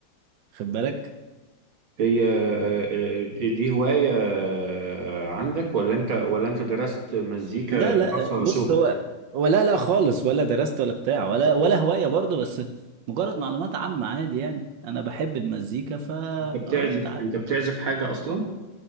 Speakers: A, on the right (about 70°); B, on the right (about 85°).
A: خد بالك
B: هي آه، آه، دي هوايه آه، عندك ولا انت ولا انت درست مزيكا
A: لا
B: دراسه
A: لا بص
B: شغل
A: هو ولا لا خالص ولا درست ولا بتاع ولا ولا هواية برضه بس مجرد معلومات عامة عادي يعني أنا بحب المزيكا فقريت
B: انت بتعزف
A: عن-
B: انت بتعزف حاجه اصلا